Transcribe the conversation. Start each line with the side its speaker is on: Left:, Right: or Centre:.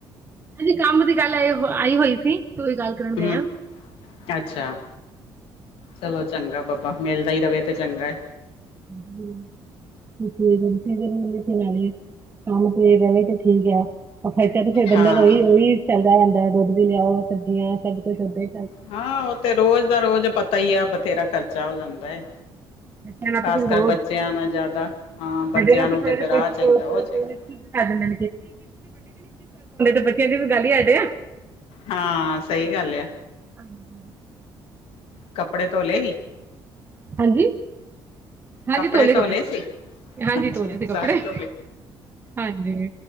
Right: ਹਾਜੀ ਕੰਮ ਦੀ ਗੱਲ ਆਈ- ਆਈ ਹੋਈ ਸੀ ਕੋਈ ਗੱਲ ਕਰਨ ਗਏ
Left: ਹੂੰ।
Right: ਆ
Left: ਅੱਛਾ, ਚਲੋ ਚੰਗਾ ਬਾਬਾ ਮਿਲਦਾ ਈ ਰਵੇ ਤੇ ਚੰਗਾ ਏ।
Right: <unintelligible> <unintelligible> ਰਵੇ ਤੇ ਠੀਕ ਆ। ਖਰਚਾ ਤੇ ਫੇਰ ਬੰਦਾ
Left: ਹਾਂ
Right: ਉਹੀ- ਉਹੀ ਚਲਦਾ ਰਹਿੰਦਾ, ਦੁੱਧ ਵੀ ਲਿਆਓ ਸਬਜੀਆਂ ਸਭ ਕੁੱਝ ਓਦਾ ਈ
Left: ਹਾਂ ਉਹ ਤੇ ਰੋਜ਼ ਦਾ ਰੋਜ਼ ਪਤਾ ਈ ਆ, ਬਥੇਰਾ ਖਰਚਾ ਹੋ ਜਾਂਦਾ ਏ।
Right: ਬੱਚਿਆਂ ਨਾਲ
Left: ਖ਼ਾਸ
Right: ਤੇ ਫਿਰ
Left: ਕਰ
Right: ਹੋਰ
Left: ਬੱਚਿਆਂ ਨਾ ਜ਼ਿਆਦਾ, ਹਾਂ ਬੱਚਿਆਂ
Right: ਵੱਡੇ ਨਾਲ
Left: ਨੂੰ
Right: ਤਾਂ ਥੋੜਾ
Left: ਤੇ
Right: ਜਿਹਾ
Left: ਫੇਰ ਆਹ
Right: ਕੁਛ
Left: ਚਾਹੀਦਾ
Right: ਕੋਈ
Left: ਉਹ ਚਾਹੀਦਾ।
Right: <unintelligible> ਕਰ ਪਾਉਂਦੇ ਬੱਚਿਆਂ ਦੀ ਤੇ ਗੱਲ ਈ ਅੱਡ ਆ।
Left: ਹਾਂ, ਸਹੀ ਗੱਲ ਆ।
Right: ਹਾਂਜੀ।
Left: ਕੱਪੜੇ ਧੋਲੇ ਹੀ।
Right: ਹਾਂਜੀ ਹਾਂਜੀ
Left: ਕੱਪੜੇ
Right: ਧੋ ਲਏ
Left: ਧੋਲੇ ਸੀ,
Right: ਹਾਂਜੀ
Left: ਅੱਛਾ
Right: ਧੋ ਲਏ ਸੀ
Left: ਸਾਰੇ
Right: ਕੱਪੜੇ
Left: ਧੋਲੇ।
Right: ਹਾਂਜੀ,